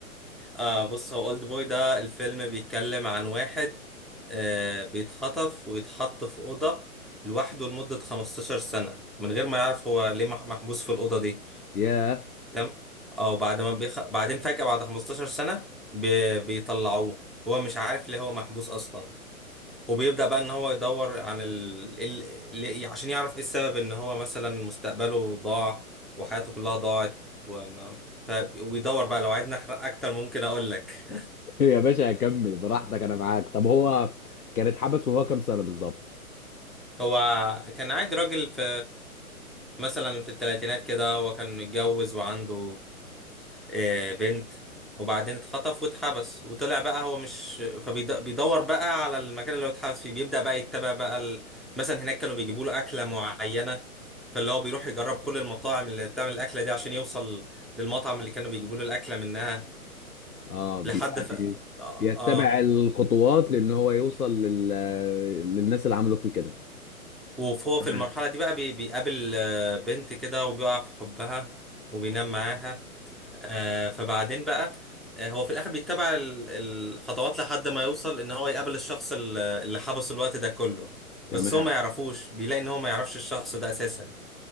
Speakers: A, in the centre; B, on the left.
A: آه بص هو أولد بوي ده الفيلم بيتكلم عن واحد آه بيتخطف ويتحط في أوضة لوحده لمدة 15 سنة من غير ما يعرف هو ليه مح- محبوس في الأوضة دي
B: ياه
A: تمام؟ أو بعد ما بيخ... بعدين فجأة بعد 15 سنة بي... بيطلعوه هو مش عارف ليه هو محبوس أصلا وبيبدأ بقى ان هو يدور عن ال... ال... ال- عشان يعرف ايه السبب ان هو مثلا مستقبله ضاع وحياته كلها ضاعت وما... ف... وبيدور بقى لو عايزني احرق اكتر ممكن اقول لك
B: يا باشا هكمل براحتك انا معاك طب هو كان اتحبس وهو كام سنة بالظبط
A: هو كان عادي راجل في مثلا في الثلاثينات كده هو كان متجوز وعنده آه، بنت وبعدين اتخطف واتحبس وطلع بقى هو مش فبيدور بقى على المكان اللي هو اتحبس فيه بيبدأ بقى يتبع بقى ال... مثلا هناك كانوا بيجيبوا له أكلة معينة فاللي هو بيروح يجرب كل المطاعم اللي بتعمل الأكلة دي عشان يوصل للمطعم اللي كانوا بيجيبوا له الأكلة منها
B: اه بي
A: لحد
B: يعني
A: ف... آه
B: بيتبع
A: آه.
B: الخطوات لان هو يوصل لل... للناس اللي عملوا فيه كده
A: وهو
B: تمام
A: في المرحلة دي بقى بي- بيقابل آه، بنت كده وبيقع في حبها وبينام معاها آه، فبعدين بقى آه، هو في الآخر بيتبع ال- الخطوات لحد ما يوصل إن هو يقابل الشخص ال- اللي حبسه الوقت ده كله
B: تمام
A: بس هو ما يعرفوش بيلاقي إن هو ما يعرفش الشخص ده أساسا